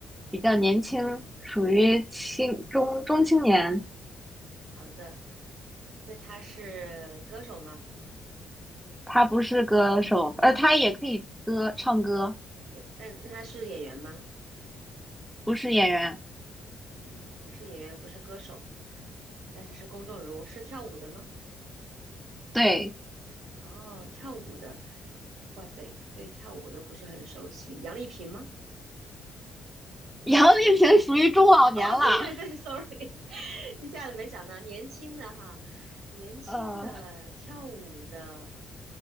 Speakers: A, in the centre; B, on the right.
A: 比较年轻，属于青中中青年。
B: 啊好的。那他是歌手吗？
A: 她不是歌手，呃，她也可以歌唱歌，
B: 也，但那他是演员吗？
A: 不是演员。
B: 嗯，不是演员，不是歌手，但是是公众人物，是跳舞的吗？
A: 对，
B: 哦，跳舞的，哇塞，对跳舞的不是很熟悉。杨丽萍吗？
A: 杨丽萍属于中老年啦。
B: 哦，对对对，sorry，<laughs> 一下子没想到年轻的哈，年轻的跳舞的，
A: <laughs> 呃，